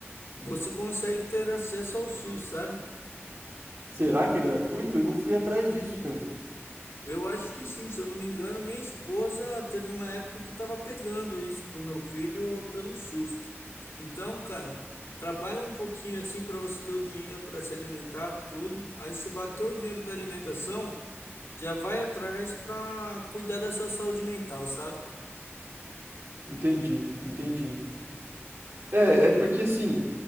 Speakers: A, on the left; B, on the right.
A: você consegue ter acesso ao SUS, sabe?
B: Será que é gratuito? Eu não fui atrás disso, cara.
A: Eu acho que sim, se eu não me engano, minha esposa teve uma época que estava pegando isso pro meu filho pelo SUS. Então, cara, trabalha um pouquinho assim para você ter o dinheiro para se alimentar, tudo. Aí se bater o dinheiro da alimentação, já vai atrás para cuidar da sua saúde mental, sabe?
B: Entendi, entendi. É, é porque assim,